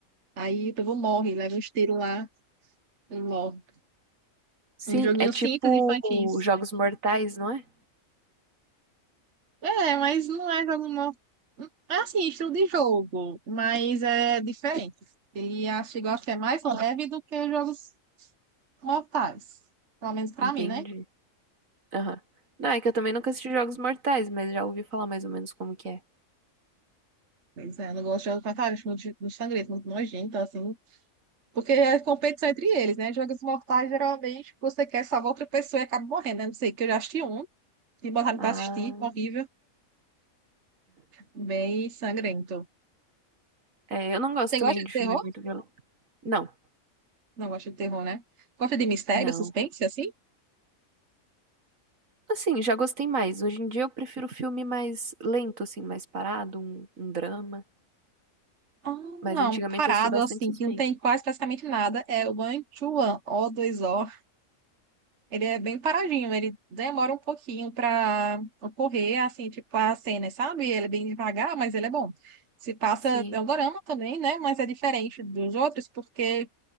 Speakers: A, on the right (about 60°); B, on the right (about 75°).
A: Aí o povo morre, leva um esteiro lá e morre.
B: Sim,
A: Um joguinho
B: é tipo
A: simples, infantil.
B: Jogos Mortais, não é?
A: É, mas não é jogo morto. É assim, estilo de jogo, mas é diferente. Ele acho que gosta que é mais leve do que jogos mortais. Pelo menos pra
B: Entende?
A: mim, né?
B: Aham. Não, é que eu também nunca assisti Jogos Mortais, mas já ouvi falar mais ou menos como que é.
A: Pois é, eu não gosto de jogos mortais, acho muito, muito sangrento, muito nojento, assim. Porque é competição entre eles, né? Jogos mortais, geralmente, você quer salvar outra pessoa e acaba morrendo, né? Não sei, que eu já assisti um, que botaram
B: Ah,
A: pra assistir, horrível, bem sangrento.
B: é, eu não gosto
A: Você
B: também
A: gosta de
B: de
A: terror?
B: filme muito violento. Não,
A: Não gosta de terror, né? Gosta de mistério,
B: não.
A: suspense, assim?
B: Assim, já gostei mais. Hoje em dia eu prefiro filme mais lento, assim, mais parado, um, um drama.
A: Ah,
B: Mas antigamente
A: um parado
B: eu assistia bastante
A: assim,
B: suspense.
A: que não tem quase praticamente nada, é o Manchuan, o dois o Ele é bem paradinho, ele demora um pouquinho pra ocorrer, assim, tipo a cena, sabe? Ele é bem devagar, mas ele é bom. Se passa,
B: Sim,
A: é um dorama também, né? Mas é diferente dos outros, porque